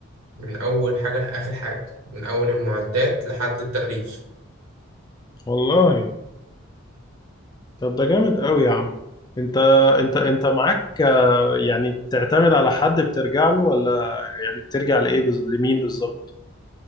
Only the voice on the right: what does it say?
من اول حاجة لاخر حاجة من اول المعدات لحد التغليف